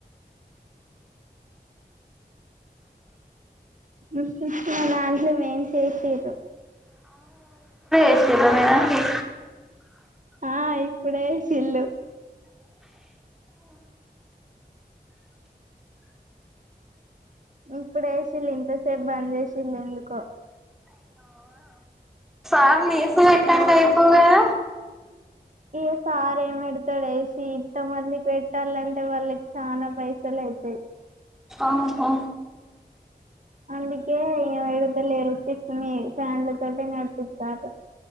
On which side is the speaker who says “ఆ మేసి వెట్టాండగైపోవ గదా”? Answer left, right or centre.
Centre